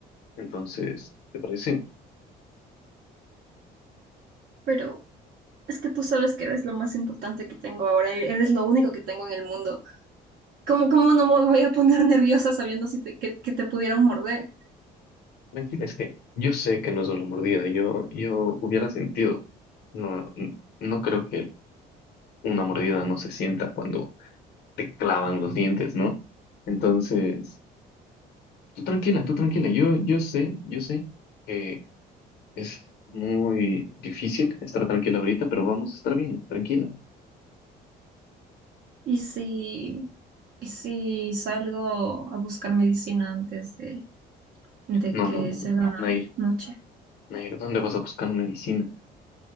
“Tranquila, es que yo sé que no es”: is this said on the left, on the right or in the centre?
Left